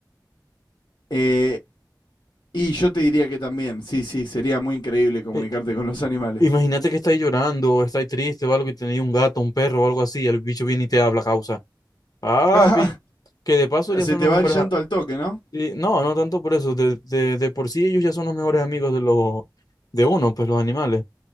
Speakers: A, on the left (about 85°); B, on the left (about 55°).
A: Eh, y yo te diría que también, sí, sí, sería muy increíble comunicarte
B: Eh,
A: con los animales.
B: imagínate
A: <laughs>
B: que estáis llorando, o estáis triste o algo, que tenéis un gato, un perro o algo así, y el bicho viene y te habla, causa. Papi,
A: Ah,
B: que de paso ya
A: Se
B: son
A: te
B: los
A: va
B: mejores.
A: el llanto
B: a-
A: al toque, ¿no?
B: y no, no tanto por eso, de, de, de por sí ellos ya son los mejores amigos de los de uno, pues los animales.